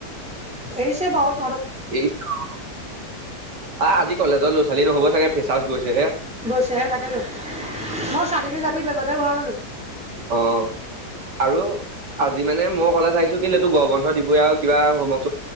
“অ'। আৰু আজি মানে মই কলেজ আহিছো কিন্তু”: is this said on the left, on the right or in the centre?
Right